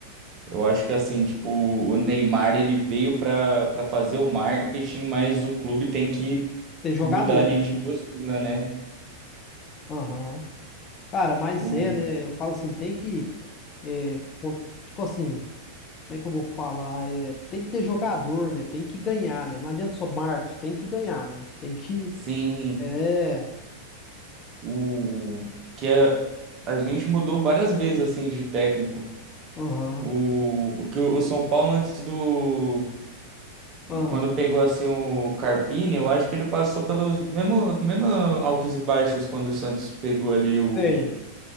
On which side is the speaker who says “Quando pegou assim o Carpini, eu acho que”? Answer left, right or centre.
Right